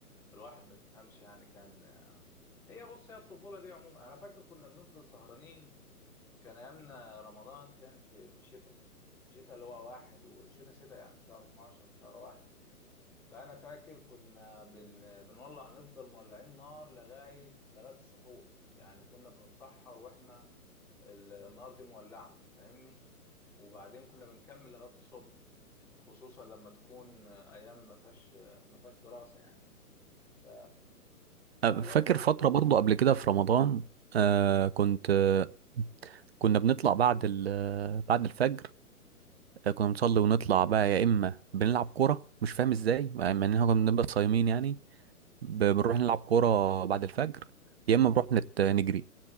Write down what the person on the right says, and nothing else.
آه،
فاكر
فتره
برضو قبل كده في رمضان آه، كنت آه، كنا بنطلع بعد ال- آه، بعد الفجر فكنا بنصلي ونطلع بقى يا اما بنلعب كوره مش فاهم ازاي مع ان احنا كنا بنبقى صايمين يعني ب- بنروح نلعب كوره بعد الفجر يا اما بنروح نت... نجري